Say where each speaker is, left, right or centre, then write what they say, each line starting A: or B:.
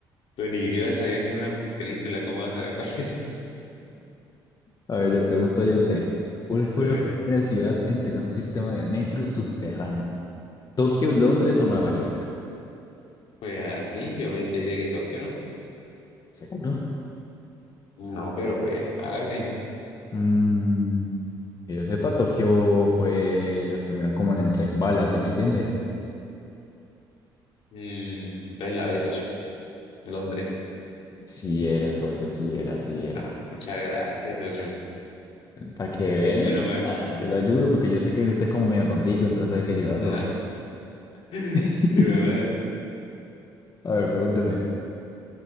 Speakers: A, on the left; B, on the left.
A: Pues ni siquiera sabía que es una península, ¿cómo vas a saber cuál es? <laughs>
B: A ver, le pregunto yo a usted, ¿cuál fue
A: Vale.
B: la primera ciudad en tener un sistema de metro subterráneo? ¿Tokio, Londres o Nueva York?
A: Pues así, yo, me- yo diría que Tokio, ¿no?
B: ¿Seguro?
A: No, pero pues, hágale.
B: Mm, que yo sepa, Tokio fue los primeros como en el tren bala, ¿sí me entiende?
A: Mm, entonces la B, socio. Londres.
B: Sí era, socio, sí era, sí era.
A: Ah, muchas gracias, socio.
B: Para que ve,
A: Menos mal.
B: Ah, yo lo ayudo porque yo sé que usted es como medio tontico, entonces hay que ayudarlo.
A: No. Sí,
B: <laughs>
A: mi madre.
B: A ver, pregúnteme.
A: Mm.